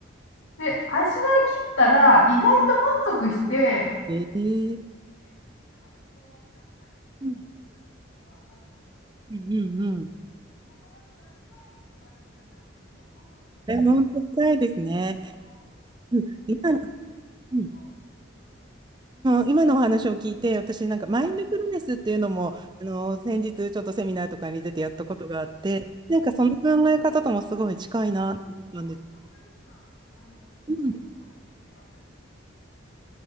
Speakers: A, on the left; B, on the right.
A: で、味わい切ったら、意外と満足して、
B: ええ。うんうんうんうん。え、本当深いですね。うん、今の、うん今、今のお話を聞いて、私なんかマインドフルネスっていうのも、あの、先日ちょっとセミナーとかに出てやったことがあって、なんかその考え方ともすごい近いなと思ったんです。うん